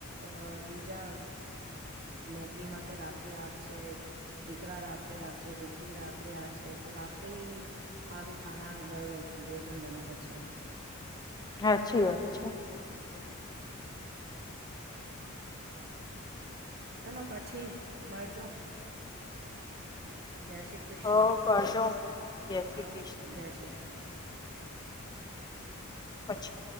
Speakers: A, on the right; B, on the left.
A: અ બીજા નોકરીમાં તે રાતે આવશે દીકરા રાત્રે આવે છે દીકરી રાત્રે આ છે તો રાત્રે સારું ખાના ભોજન બનાવે છે
B: હાછી વાય અચ્છા
A: ચેલો પછી મળજો જય શ્રી કૃષ્ણ
B: હો કરજો જય શ્રી
A: હા
B: કૃષ્ણ
A: જય શ્રી કૃષ્ણ
B: પછી